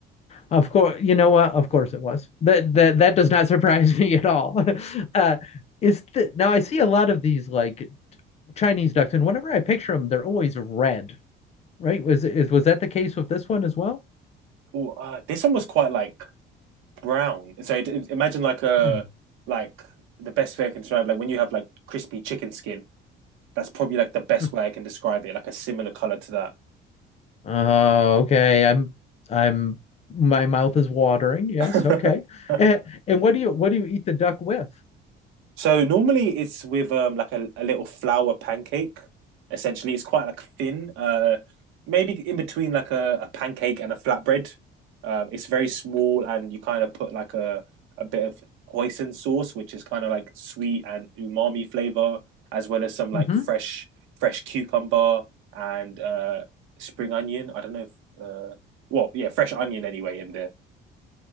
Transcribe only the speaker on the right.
Ooh, uh, this one was quite like brown. So it, imagine like a
like the best way I can describe like when you have like crispy chicken skin. That's probably like the best
way I can describe it, like a similar color to
that.
<laughs>
So normally it's with um like a, a little flour pancake. Essentially, it's quite like thin. Uh, maybe in between like a, a pancake and a flatbread. Um, it's very small, and you kind of put like a a bit of hoisin sauce, which is kind of like sweet and umami flavor, as well as some like
fresh fresh cucumber and uh spring onion. I don't know if uh well yeah fresh onion anyway in there.